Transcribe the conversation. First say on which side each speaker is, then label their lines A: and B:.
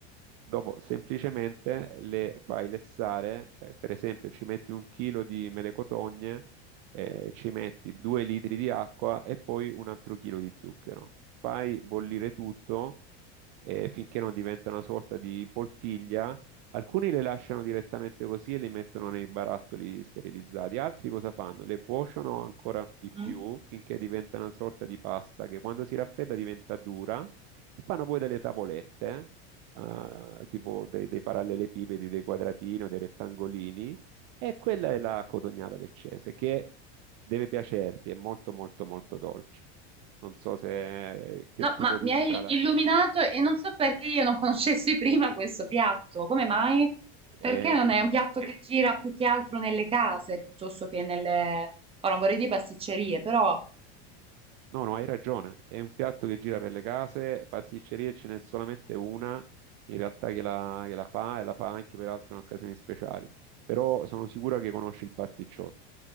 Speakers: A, on the right; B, on the right.
A: Dopo semplicemente le fai lessare, eh, per esempio ci metti un chilo di mele cotogne, eh, ci metti due litri di acqua e poi un altro chilo di zucchero. Fai bollire tutto eh, finché non diventa una sorta di poltiglia. Alcuni le lasciano direttamente così e li mettono nei barattoli sterilizzati, altri cosa fanno? Le cuociono ancora di più
B: Mm?
A: finché diventa una sorta di pasta che quando si raffredda diventa dura e fanno poi delle tavolette eh, tipo dei, dei parallelepipedi, dei quadratini o dei rettangolini, e quella è la cotognata leccese, che deve piacerti, è molto molto molto dolce. Non so se che
B: No,
A: tipo
B: ma
A: di
B: mi
A: scala
B: hai illuminato e non so perché io non conoscessi <laughs> prima questo piatto. Come mai?
A: è.
B: Perché non è un piatto che gira più che altro nelle case piuttosto che nelle... Ora non vorrei dire pasticcerie, però...
A: No, no, hai ragione. È un piatto che gira per le case, pasticcerie ce n'è solamente una in realtà che la, che la fa e la fa anche per altre occasioni speciali. Però sono sicuro che conosci il pasticciotto.